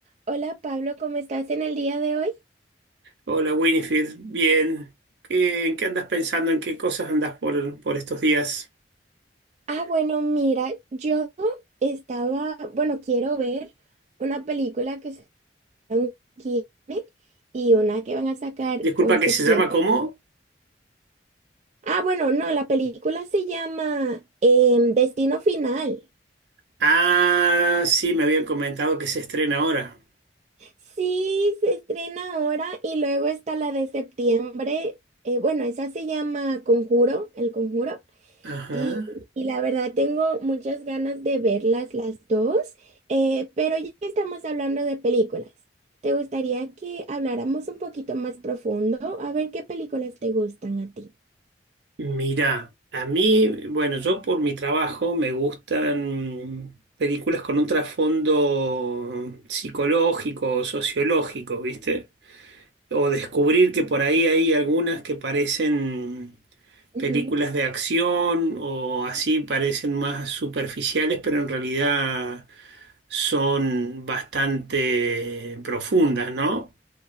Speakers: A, on the right (about 40°); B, on the right (about 70°).
A: Hola Pablo, ¿cómo estás en el día de hoy?
B: Hola Winifred, bien. ¿Qué- en qué andas pensando? ¿En qué cosas andas por, por estos días?
A: Ah, bueno, mira, yo estaba, bueno, quiero ver una película que sacaron aquí y una que van a sacar
B: Disculpa,
A: por septiembre.
B: ¿que se llama cómo?
A: Ah, bueno, no, la película se llama em, Destino Final.
B: Ah, sí, me habían comentado que se estrena ahora.
A: Sí, se estrena ahora y luego está la de septiembre. eh, bueno, esa se llama Conjuro, El Conjuro.
B: Ajá.
A: Y, y la verdad tengo muchas ganas de verlas las dos, eh, pero ya que estamos hablando de películas, ¿te gustaría que habláramos un poquito más profundo? A ver qué películas te gustan a ti.
B: Mira, a mí, bueno, yo por mi trabajo me gustan películas con un trasfondo psicológico, sociológico, ¿viste? o descubrir que por ahí hay algunas que parecen
A: Ujú.
B: películas de acción o así parecen más superficiales, pero en realidad son bastante profundas, ¿no?